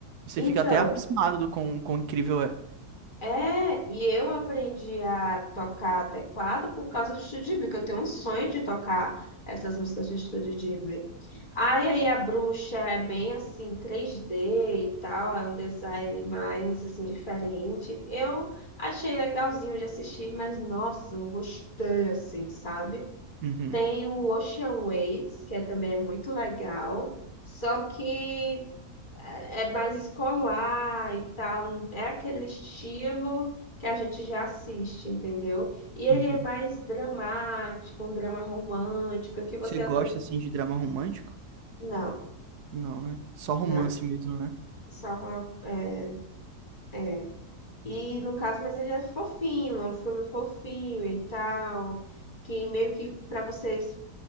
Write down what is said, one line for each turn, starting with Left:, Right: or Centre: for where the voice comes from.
Right: Você
Left: Então.
Right: fica até abismado do quão, quão incrível é.
Left: É, e eu aprendi a tocar teclado por causa do Estúdio Ghibli, que eu tenho um sonho de tocar essas músicas do Estúdio Ghibli. Ai, aí a bruxa é bem assim, 3D e tal, é um design mais assim diferente. Eu achei legalzinho de assistir, mas nossa, não gostei assim, sabe?
Right: Uhum,
Left: Tem o Ocean Waves, que é- também é muito legal, só que é é mais escolar e tal, não é aquele estilo que a gente já assiste, entendeu? E ele
Right: uhum.
Left: é mais dramático, um drama romântico, que você
Right: Você
Left: às
Right: gosta,
Left: vezes.
Right: assim, de drama romântico?
Left: Não,
Right: Não, né? Só romance
Left: não,
Right: mesmo, né?
Left: só uma. É, é. E no caso, mas ele é fofinho, é um filme fofinho e tal, que meio que para vocês